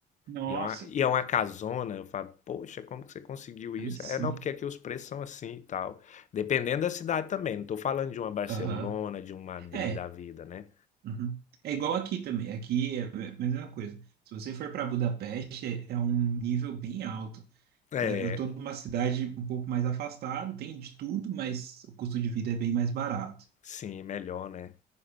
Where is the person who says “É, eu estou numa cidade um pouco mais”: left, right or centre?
Right